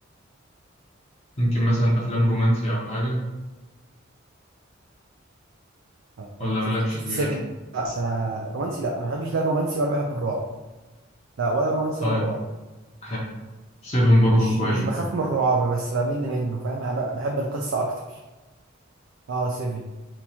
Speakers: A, on the left; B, on the right.
A: ممكن مثلا أفلام رومانسي أو حاجة
B: اقول
A: ولا
B: لك
A: مالكش
B: شفت شفت
A: فيها
B: 7 بس انا رومانسي لا انا ما بحبش لا الرومانسي ولا بحب الرعب لا ولا رومانسي
A: طيب
B: ولا رعب
A: حلو سيفن برضو
B: مش
A: كويس
B: مش بخاف
A: برضو
B: من الرعب بس بمل منه فاهم أنا ب- بحب القصة اكتر اه 7